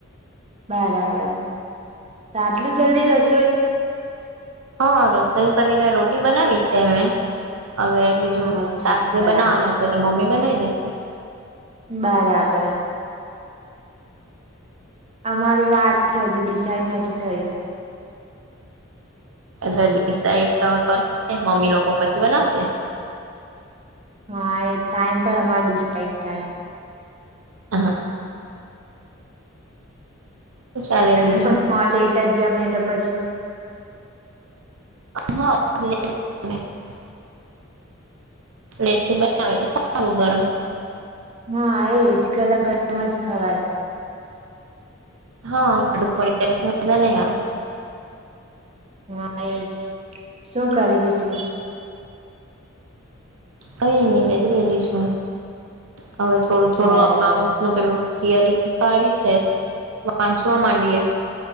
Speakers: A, on the right; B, on the right.
A: બરાબર તો આટલું જલ્દી રસોઈ
B: હા રસોઈ કરીને રોટી બનાવી છે મે હવે બીજું
A: હા અચ્છા
B: શાક જે બનાવાનું
A: બરાબર
B: છે તે મમ્મી બનાવી દેશે
A: બરાબર. અમારું વાત છે હજુ ડિસાઇડ નથી થયું
B: એ તો ડિસઇડ તો કરશે મમ્મી લોકો પછી બનાવશે.
A: હા એ ટાઈમ પર અમારે ડિસાાઈડ થાય
B: હ હા. શું ચાલે બીજું
A: એ પણ લેટ જ જમીએ તો પછી
B: હા લેટ <inaudible> પ્લેટ થી બનાવે તો સારું ગરમ
A: હા એજ ગરમ ગરમ જ ખવાય
B: હા ઝાડુ પડી જાય પછી મજા નહી આવે.
A: હા એજ શું કરે બીજું
B: કઈ નહી બેસી લેલી છું હવે થોડું થોડું
A: બરાબર
B: અકાઉન્ટ પેલું થિયરી કાઢી છે વાંચવા માંડીએે